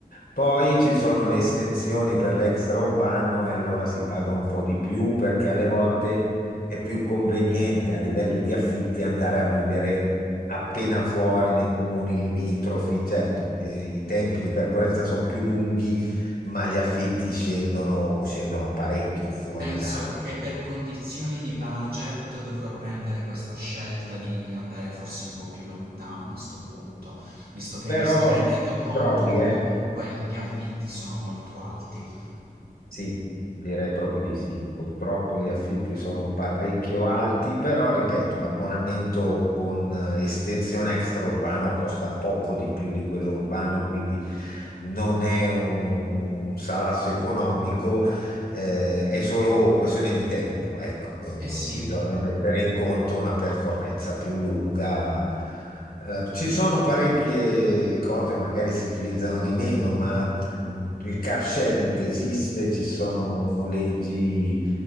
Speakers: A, on the left; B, on the right.
A: Poi ci sono le estensioni per l'extraurbano e allora si paga un po' di più perché alle volte è più conveniente a livello di affitti andare a vivere appena fuori nei comuni limitrofi. Certo, eh, i tempi di percorrenza sono più lunghi, ma gli affitti scendono, scendono parecchio fuori
B: Penso
A: da...
B: che per condizioni di budget dovrò prendere questa scelta di andare forse un po' più lontano a sto punto, visto che mi
A: Però
B: sto rendendo conto
A: trovi,
B: che
A: eh,
B: comunque gli affitti sono molto alti.
A: Sì, direi proprio di sì. Purtroppo gli affitti sono parecchio alti, però ripeto, l'abbonamento con eh, estensione extraurbano costa poco di più di quello urbano, quindi non è un, un salasso economico, eh, è solo questione di tempo, ecco,
B: Eh sì,
A: Eh, bisogna mettere in conto una percorrenza più lunga. Eh, ci sono parecchie cose, magari si utilizzano di meno, ma mh, il car sharing esiste, ci sono noleggi